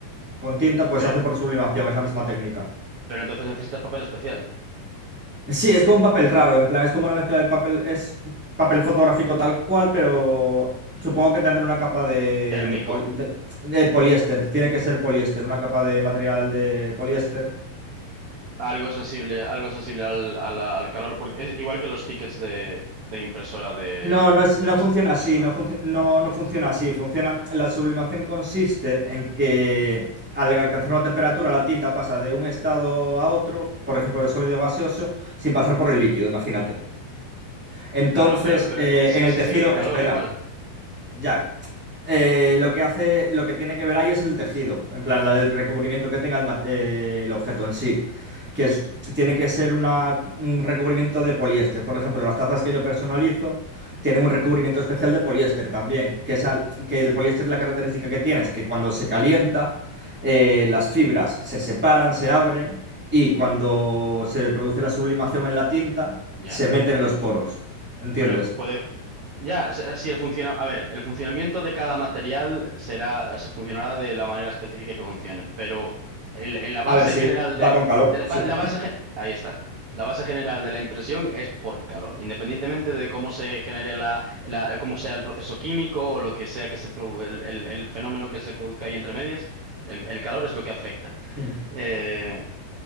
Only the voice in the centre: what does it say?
con tinta, pues
se hace
por sublimación, es la misma técnica.
Sí, es como un papel raro, en plan, es como una mezcla de papel, es papel fotográfico tal cual, pero supongo que tendrá una capa de,
de, pol- de- de poliéster, tiene que ser poliéster, una capa de material de poliéster.
No, no es,
no
funciona
así,
no, func- no, no funciona así, funciona, la sublimación consiste en que al alcanzar una temperatura la tinta pasa de un estado a otro, por ejemplo, de sólido a gaseoso, sin pasar por el líquido, imagínate. Entonces,
eh,
en
el
tejido,
espera.
Ya. Eh, lo que hace, lo que tiene que ver ahí es el tejido, en plan, la- el recubrimiento que tenga el, ma- eh, el objeto en sí, que es- tiene que ser una- un recubrimiento de poliéster. Por ejemplo, las tazas que yo personalizo tienen un recubrimiento especial de poliéster también, que, es al- que el poliéster la característica que tiene es que cuando se calienta, eh, las fibras se separan, se abren y cuando se produce la sublimación en la tinta,
se meten los poros. ¿Entiendes?
A ver si
va con calor,
sí.
<laughs>